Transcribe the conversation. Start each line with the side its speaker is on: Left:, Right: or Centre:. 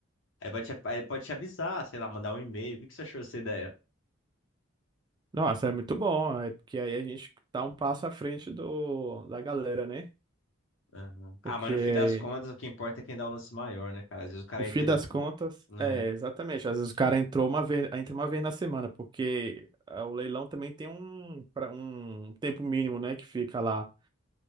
Left: Aí vai te- aí pode te avisar, sei lá, mandar um e-mail. O que que você achou dessa ideia?
Right: Nossa, é muito bom, é porque aí a gente tá um passo à frente do, da galera, né?
Left: Aham. Ah,
Right: Porque
Left: mas no fim das contas, o que importa é quem dá o lance maior, né, cara? Às vezes o cara
Right: no fim
Left: entra,
Right: das
Left: em do-
Right: contas,
Left: né?
Right: é, exatamente. Às vezes o cara entrou uma vez, entra uma vez na semana, porque ah, o leilão também tem um, pra, um tempo mínimo, né, que fica lá